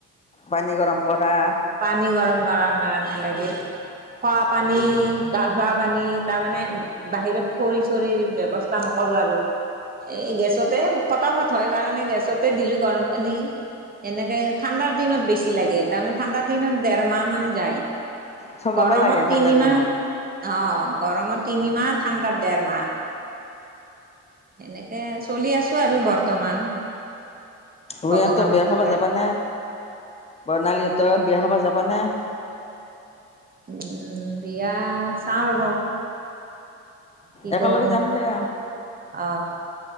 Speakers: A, on the left; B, on the right.
A: পানীগৰম কৰা।
B: পানী গৰম কৰাৰ কাৰণে লাগে। খোৱা পানী গা ধোৱা পানী তাৰমানে বাহিৰত খৰি চৰিৰ ব্যবস্থা নকৰো আৰু। এই গেছতে ফটাফট হয় কাৰণে গেছতে দিলো গৰম পানী। এনেকে ঠাণ্ডাৰ দিনত বেছি লাগে তাৰমানে ঠাণ্ডাৰ দিনত ডেৰ মাহ মান যায়।
A: চবকে
B: গৰমত
A: লাগে ঠাণ্ডা
B: তিনি
A: দিনত
B: মাহ। অ' গৰমত তিনিমাহ ঠাণ্ডাত দেৰ মাহ। এনেকে চলি আছো আৰু বৰ্তমান।
A: ও'
B: ভগৱানৰ
A: ইহতৰ বিয়া
B: কৃপাত।
A: খাবা যাবা নে বৰ্ণালী হত বতত বিয়া হ'ব যাব নে?
B: উম বিয়া চাওঁ ৰ'ব। কি
A: একেলগে
B: কৰো
A: যাম দিয়া
B: অ'।